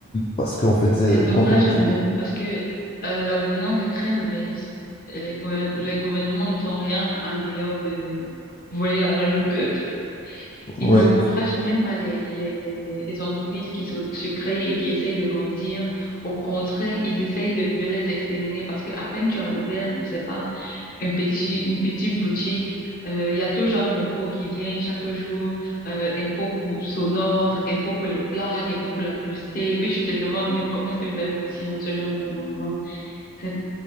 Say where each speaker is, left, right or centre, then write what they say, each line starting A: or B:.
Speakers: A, on the left; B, on the left.
A: parce qu'en fait, c'est
B: C'est dommage
A: quand on dit,
B: quand même parce que euh, la gouvernance est très mauvaise. Et Les, gouver- les gouvernements ne font rien en dehors de voler l'argent du peuple.
A: ouais,
B: Ils n'encouragent même pas les, les, les, les entreprises qui se, se créent et qui essayent de grandir. Au contraire, ils essayent de, de les exterminer parce que à peine tu as ouvert, je sais pas, un petit, une petite boutique. Euh, Il y a tout genre d'impôts qui viennent chaque jour. Euh, impôts pour sonore, impôts pour les plaques, impôts pour la publicité. Et puis tu te demandes même comment est-ce que je vais réussir dans ce genre d'environnement. C'est